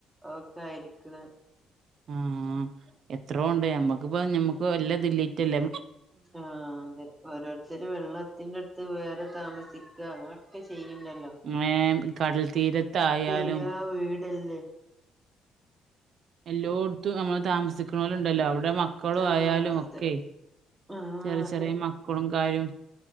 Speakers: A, on the right; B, on the right.
A: ഒക്കെ ആയിരിക്കണ്
B: ഊം എത്രോണ്ട് അമ്മക്കിപ്പ ഞമ്മക്ക് വല്ല ഇതില്ലറ്റ്ല്ലേ
A: ആഹ് അതെ ഓരോരുത്തരു വെള്ളത്തിന്റെടുത്ത് വേറെ താമസിക്കാ അങ്ങനൊക്കെ ചെയ്യണ്ടല്ലോ
B: മ്മേ കടൽ തീരത്തായാലും
A: കേറിയാ വീടല്ലേ
B: എല്ലോട്ത്തും അമ്മള് താമസിക്ക്ണ പോലെണ്ടല്ലോ അവിടെ മ ക്കളു
A: ആഹ്
B: ആയാലുമൊക്കെ
A: അതെ ആഹ്
B: ചെറിയ
A: അതെ
B: ചെറിയ മക്കൊളും കാര്യോം